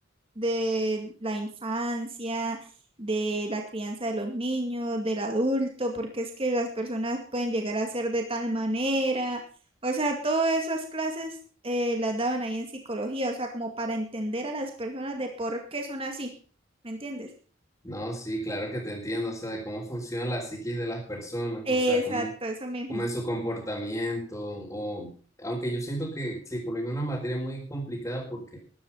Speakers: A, on the right (about 30°); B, on the left (about 15°).
A: de la infancia, de la crianza de los niños, del adulto, porque es que las personas pueden llegar a ser de tal manera, o sea, todas esas clases eh, las daban ahí en psicología, o sea, como para entender a las personas de por qué son así, ¿me entiendes?
B: No, sí, claro que te entiendo, o sea, de cómo funciona la psiquis de las personas,
A: Exacto,
B: o sea, cómo,
A: eso mismo.
B: cómo es su comportamiento, o aunque yo siento que psicología es una materia muy complicada porque